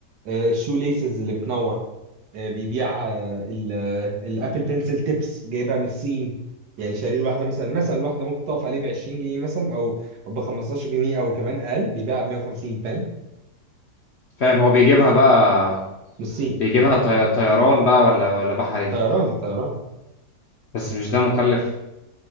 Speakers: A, on the right; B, on the left.
A: الشو ليسز اللي بتنور آه، بيبيع آه، ال- آه، الابل بنسل تيبس جايبها من الصين يعني شاريه الواحده مثلا مثلا الواحده ممكن تقف عليه ب 20 جنيه مثلا او ب 15 جنيه او كمان اقل بيبيعها ب 150 فاهم
B: فاهم هو بيجيبها بقى
A: من الصين
B: بيجيبها طي... طيران بقى ولا ولا بحري
A: طيران طيران
B: بس مش ده مكلف